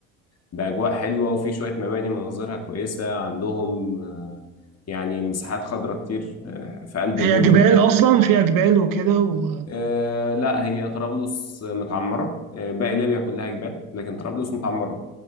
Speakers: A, on the left (about 40°); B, on the right (about 55°).
A: باجواء حلوه وفي شويه مباني مناظرها كويسه عندهم آه، يعني مساحات خضراء كتير آه، في قلب
B: هي
A: المدن
B: جبال اصلا فيها جبال وكده و...
A: آه، لا هي طرابلس متعمره آه، باقي ليبيا كلها جبال لكن طرابلس متعمره